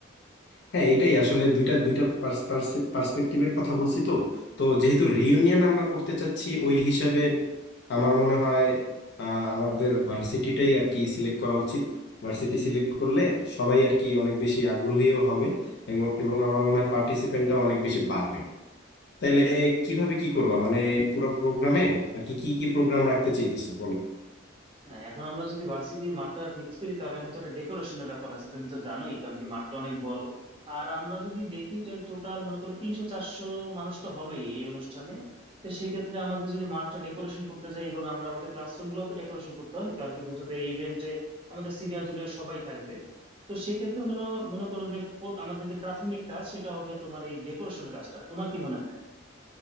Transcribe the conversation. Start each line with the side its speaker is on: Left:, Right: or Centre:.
Left: হ্যাঁ এটাই আসলে দুইটা দুইটা পার্সপেক্টিভের কথা বলছি তো তো যেহেতু রিইউনিয়ন আমরা করতে চাচ্ছি ওই হিসাবে আমার মনে হয় আহ, আমাদের ভার্সিটিটাই আর কি সিলেক্ট করা উচিত ভার্সিটি সিলেক্ট করলে সবাই আর কি অনেক বেশি আগ্রহীও হবে এবং এবং আমার মনে হয় পার্টিসিপেন্টটাও অনেক বেশি বাড়বে তাইলে কিভাবে কি করবা মানে পুরো প্রোগ্রামে আর কি কি কি প্রোগ্রাম রাখতে চাইতেছো বলো
Right: না এখন আমরা যদি ভার্সিটির মাঠটা ফিক্স করি তাহলে এখন তো একটা ডেকোরেশনের ব্যাপার আছে তুমি তো জানোই কারণ কি মাঠটা অনেক বড় আর আমরা যদি দেখি টোটাল মনে করো তিনশো চারশো মানুষ তো হবেই এই অনুষ্ঠানে তো সেক্ষেত্রে আমাদের যদি মাঠটা ডেকোরেশন করতে যাই এবং আমরা আমাদের ক্লাসরুম গুলো তো ডেকোরেশন করতে হবে কারণ কি বুঝো তো এই ইভেন্টে আমাদের সিনিয়র জুনিয়র সবাই থাকবে তো সেক্ষেত্রে মনে মনে করো যে প্রথ- আমাদের যে প্রাথমিক কাজ সেটা হবে তোমার এই ডেকোরেশনের কাজটা তোমার কি মনে হয়